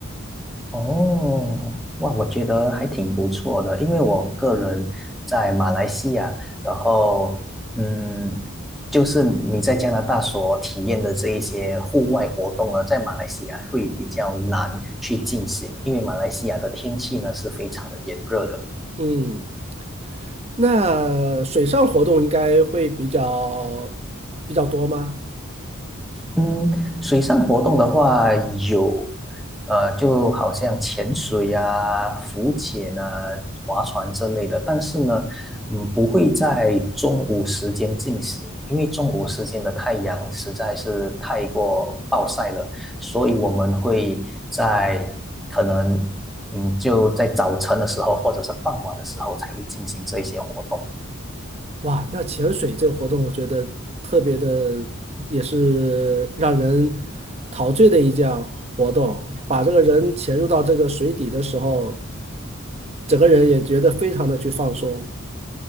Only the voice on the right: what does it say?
嗯，那水上活动应该会比较比较多吗？
哇，那潜水这个活动，我觉得特别的，也是让人陶醉的一项活动。把这个人潜入到这个水底的时候，整个人也觉得非常的去放松。